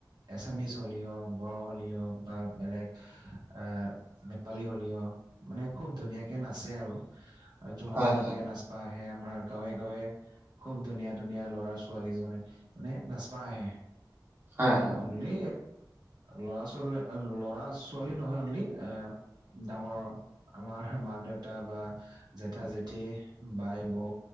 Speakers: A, on the right; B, on the right.
A: এছামিছ হলেও বড়ো হ'লেও বা বেলেগ এ নেপালী হলেও মানে খুব ধুনীয়াকে নাচে আৰু জোমা
B: হয়,
A: জোমাকে
B: হয়,
A: নাচপা আহে আমাৰ গাঁৱে গাঁৱে খুব ধুনীয়া ধুনীয়া ল'ৰা ছোৱালী জনে মানে নাচপা আহে।
B: হয়, হয়,
A: অনলি। ল'ৰা ছোৱালী ল'ৰা ছোৱালী নহয় অনলি এ ডাঙৰ আমাৰ মা দেউতা বা জেঠা জেঠি বাই বৌ